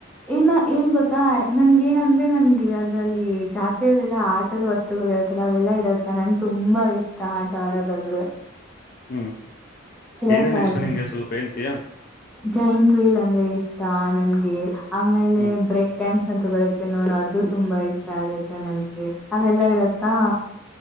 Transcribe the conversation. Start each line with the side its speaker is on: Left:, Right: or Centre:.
Centre: ಇನ್ನ ಏನ್ ಗೊತ್ತ ತ್ತಾ ನನ್ಗ ಏನಂದ್ರೆ ನನ್ಗೆ ಅದ್ರಲ್ಲಿ ಜಾತ್ರರೆಲ್ಲೆಲ್ಲಾ ಆಟದ ವಸ್ತುಗಳು ಇರುತ್ತಲ್ಲ ಅವೆಲ್ಲಾ ಇರತ್ತೆ ನನ್ಗೆ ತುಂಬಾ ಇಷ್ಟ ಆಟ ಆಡೋದಂದ್ರೆ
Left: ಹ್ಮ್
Centre: ಇವತ್ತಾರು
Left: ಏನೇನ್ ಇಷ್ಟ ನಿಂಗೆ ಸ್ವಲ್ಪ ಹೇಳ್ತೀಯಾ
Centre: ಜೈಂಟ್ ವೀಲ್ ಅಂದ್ರೆ ಇಷ್ಟ ನನ್ಗೆ ಆಮೇಲೆ
Left: ಹ್ಮ್
Centre: ಬ್ರೇಕ್ ಡ್ಯಾಂಕ್ಸ್ ಅಂತ ಬರುತ್ತೆ ನೋಡು ಅದು ತುಂಬಾ ಇಷ್ಟ ಆಗತ್ತೆ ನನ್ಗೆ ಅವೆಲ್ಲಾ ಇರತ್ತಾ